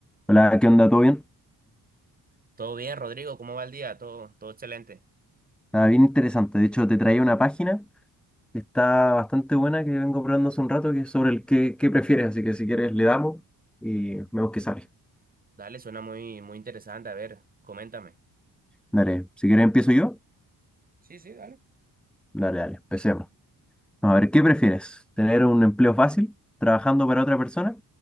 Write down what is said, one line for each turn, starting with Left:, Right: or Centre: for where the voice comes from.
Centre: Hola, ¿qué onda? ¿Todo bien?
Right: Todo bien, Rodrigo, ¿cómo va el día? Todo, todo excelente.
Centre: Nada, bien interesante. De hecho, te traía una página que está bastante buena que vengo probando hace un rato, que es sobre el qué, qué prefieres. Así que si quieres le damos y vemos qué sale.
Right: Dale, suena muy, muy interesante. A ver, coméntame.
Centre: Dale, si quieres empiezo yo.
Right: Sí, sí, dale.
Centre: Dale, dale, empecemos. a ver, ¿qué prefieres? ¿Tener un empleo fácil trabajando para otra persona?